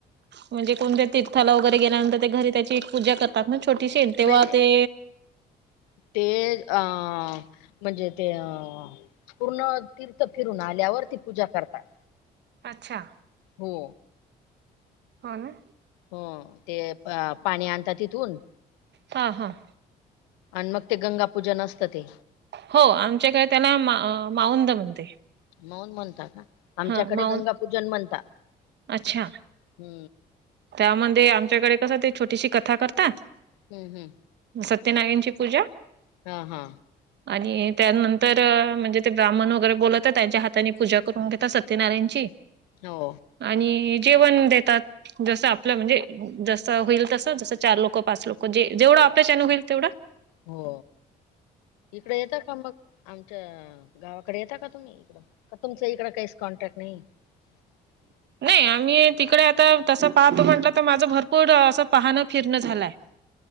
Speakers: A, on the right; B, on the left.
A: म्हणजे कोणते तीर्थाला वगैरे गेल्यानंतर ते घरी त्याची पूजा करत तात ना छोटीशीे तेव्हा
B: नाही
A: ते
B: ते अ म्हणजे ते अ पूर्ण तीर्थ फिरून आल्यावर ती पूजा करतात
A: अच्छा
B: हो
A: हो ना
B: हो ते पाणी आणता तिथून
A: हा हा
B: आणि मग ते गंगा पूजन असतं ते
A: हो आमच्याकडे त्याला माऊंद म्हणते
B: मौन म्हणता का आमच्याकडे
A: हां, माऊंद
B: गंगा पूजन म्हणता
A: अच्छा.
B: हू
A: त्यामध्ये आमच्याकडे कसं ते छोटीशी कथा करतात
B: हू हू
A: सत्यनारायण ची पूजा
B: हा हा
A: आणि त्यानंतर म्हणजे ते ब्राह्मण वगैरे बोलवता त्यांच्या हाताने पूजा करून घेता सत्यनारायणची
B: हो
A: आणि जेवण देतात जस आपलं म्हणजे जस होईल तसं जसं चार लोकं पाच लोक जे जेवढं आपल्यान होईल तेवढं
B: हो इकडे येता का मग आमच्या गावाकडे येता का तुम्ही इकड का तुमचं इकड काहीच कॉन्टॅक्ट नाही <inaudible>
A: नाही आम्ही तिकडे आता तसं पाहतो म्हटलं तर माझं भरपूर असं पाहणं फिरणं झालंय